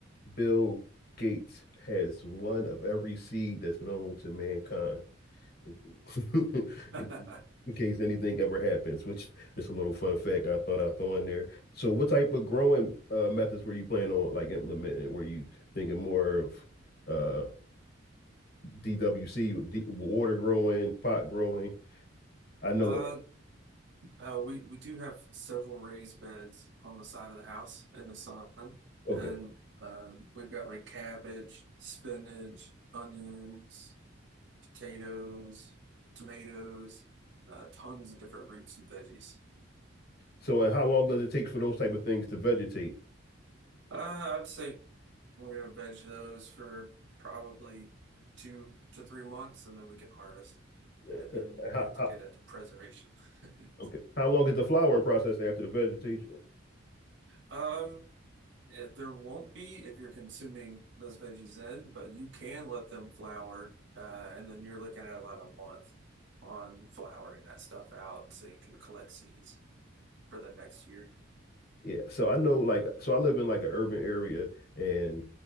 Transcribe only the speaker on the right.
<laughs>
Uh, uh, we we do have several raised beds on the side of the house in the sun,
and um, we've got like cabbage, spinach, onions. potatoes, tomatoes, uh, tons of different roots and veggies.
Uh, I'd say we're gonna veg those for probably two to three months, and then we can harvest it.
And
then
we have
to get into preservation. <laughs>
Um, eh, there won't be if you're consuming those veggies in, but you can let them flower, uh, and then you're looking at about a month on flowering that stuff out so you can collect seeds for the next year.